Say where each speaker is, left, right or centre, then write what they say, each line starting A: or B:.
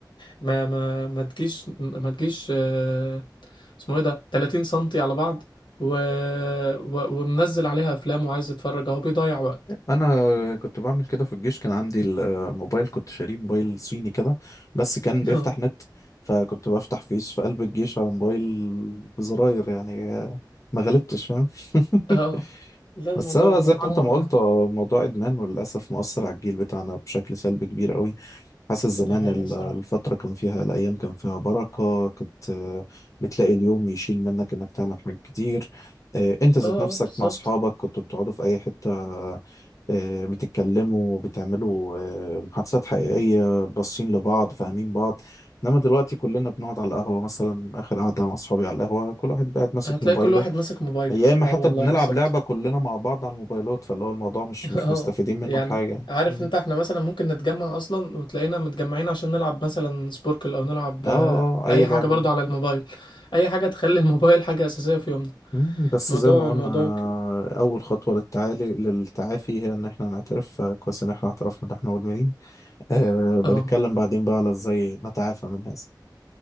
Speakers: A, on the left; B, on the left.
A: ما ما ما تجيش ما تجيش آه، اسمه ايه ده 30 سنتي على بعض و... و... ومنزل عليها افلام وعايز يتفرج اهو بيضيع وقت
B: انا كنت بعمل كده في الجيش كان عندي الموبايل كنت شاريه موبايل صيني كده بس كان
A: <laughs>
B: بيفتح نت فكنت بفتح فيس في قلب الجيش على موبايل بزراير يعني ما غلبتش فاهم <laughs>
A: اه لا الموضوع
B: بس هو
A: الموضوع
B: زي ما انت ما قلت آه، موضوع ادمان وللاسف مؤثر على الجيل بتاعنا بشكل سلبي كبير قوي حاسس زمان
A: ده دي حقيقة
B: ال-
A: صراحة
B: الفتره كان فيها الايام كان فيها بركه كنت آه، بتلاقي اليوم يشيل منك انك تعمل حاجات كتير آه، انت ذات
A: اه
B: نفسك
A: آه، بالظبط
B: مع اصحابك كنتوا بتقعدوا في اي حته آه، بتتكلموا بتعملوا آه، محادثات حقيقية باصين لبعض فاهمين بعض انما دلوقتي كلنا بنقعد على القهوة مثلا اخر قعدة مع اصحابي على القهوة كل واحد قاعد ماسك
A: هتلاقي
B: موبايله
A: كل واحد ماسك موبايله
B: يا اما
A: اه
B: حتى
A: والله
B: بنلعب
A: بالظبط
B: لعبة كلنا مع بعض على الموبايلات فاللي هو الموضوع مش
A: <laughs>
B: مش
A: اه
B: مستفيدين منه
A: يعني
B: بحاجة
A: عارف
B: مم.
A: انت احنا مثلا ممكن نتجمع اصلا وتلاقينا متجمعين عشان نلعب مثلا سبوركل او نلعب
B: اه
A: آه،
B: اه اي
A: اي
B: لعبة
A: حاجة برضو على الموبايل اي حاجة تخلي <laughs> الموبايل حاجة اساسية في يومنا
B: مم، بس
A: موضوع
B: زي ما قلنا
A: الموضوع ك-
B: أول خطوة للتعالي للتعافي هي إن إحنا نعترف فكويس إن إحنا اعترفنا إن إحنا مدمنين أه
A: اه
B: بنتكلم بعدين بقى على إزاي نتعافى من هذا